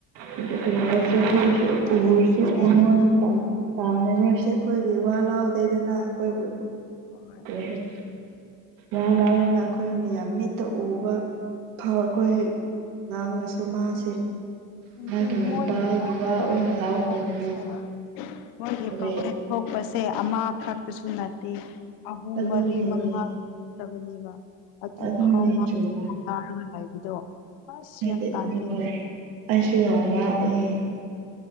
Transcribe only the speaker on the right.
ꯑꯗꯨꯒꯤ ꯑꯣꯏꯔꯁꯨ ꯑꯈꯣꯏꯁꯨ
ꯎꯔꯁꯨ
ꯃꯉꯣꯟꯗ ꯇꯧ ꯄꯥꯝꯅꯉꯣꯏꯁꯦ ꯑꯩꯈꯣꯏꯒꯤ ꯋꯥ ꯂꯥꯎꯗꯦꯗꯅ ꯑꯩꯈꯣꯏꯕꯨ
ꯀꯩ ꯍꯥꯏ <unintelligible> ꯑꯩꯈꯣꯏ ꯃꯌꯥꯝ ꯃꯤꯠꯇ ꯎꯕ ꯐꯥꯎ ꯑꯩꯈꯣꯏ ꯉꯥꯡꯉꯁꯨ ꯃꯥꯁꯦ
ꯃꯥꯒꯤ
ꯅꯨꯄꯥꯒꯤ
ꯋꯥ ꯑꯣꯏꯅ ꯂꯥꯎꯗꯦꯗꯅ
ꯑꯗꯨ
ꯑꯗꯨꯒꯤꯅꯤ
ꯑꯗꯨꯅꯦ
ꯆꯨꯝꯃꯦ
ꯍꯥꯏꯗꯤ
ꯍꯣꯏ ꯑꯩꯁꯨ ꯌꯥꯝ ꯉꯛꯑꯦ